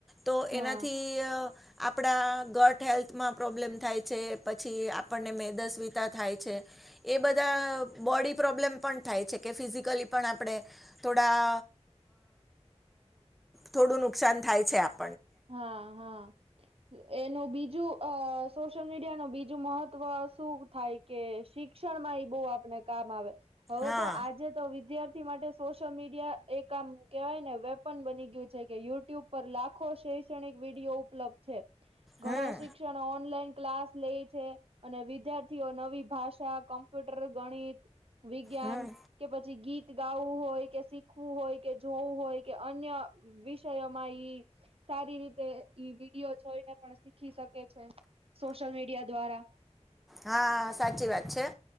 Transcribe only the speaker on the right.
હા
હા હા. એનું બીજ જો અ સોશિયલ મીડિયાનું બીજું મહત્વ શું થાય કે, શિક્ષણમાં એ બહુ આપણે કામ આવે. હવે,
તો આજે તો વિદ્યાર્થી માટે સોશિયલ મીડિયા એક આમ કહેવાયને વેપન બની ગયું છે કે યુટ્યુબ પર લાખ ખો શૈક્ષણિક વિડીયો ઉપલબ્ધ છે. ઘણા
શિક્ષણો ઓનલાઈન ક્લાસ લે છે અને વિદ્યાર્થીઓ નવી ભાષા કમ્પ્યુટર, ગણિત વિજ્ઞાન
કે પછી ગીત ગાવું હોય કે, શીખવું હોય કે, જોવું હોય કે, અન્ય વિષયોમાં ઈ સારી રીતે ઈ વિડીયો જોઈને પણ શીખી શકે છે. સોશલ મીડિયા દ્વારા